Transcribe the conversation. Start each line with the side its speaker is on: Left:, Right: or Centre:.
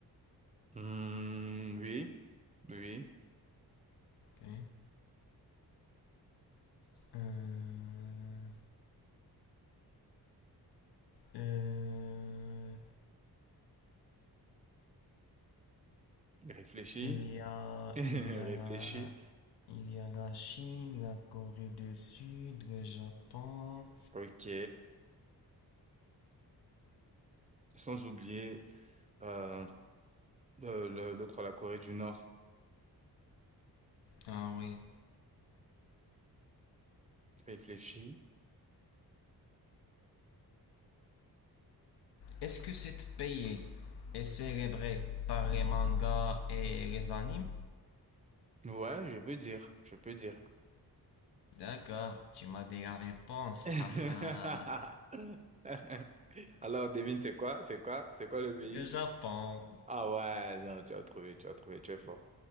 Right: Hmm, oui, oui.
Left: Ok. Euh, euh,
Right: Réfléchis.
Left: il y a,
Right: <laughs>
Left: il y a la,
Right: Réfléchis.
Left: il y a la Chine, la Corée du Sud, le Japon.
Right: Ok. Sans oublier euh, le- le- l'autre, la Corée du Nord.
Left: Ah oui.
Right: Réfléchis.
Left: Est-ce que cet pays est célébré par les mangas et les animes?
Right: Ouais, je peux dire. Je peux dire.
Left: D'accord, tu m'as dit la réponse.
Right: <laughs>
Left: haha.
Right: Alors, devine, c'est quoi? C'est quoi? C'est quoi le pays?
Left: Le Japon.
Right: Ah ouais, non, tu as trouvé, tu as trouvé, tu es fort.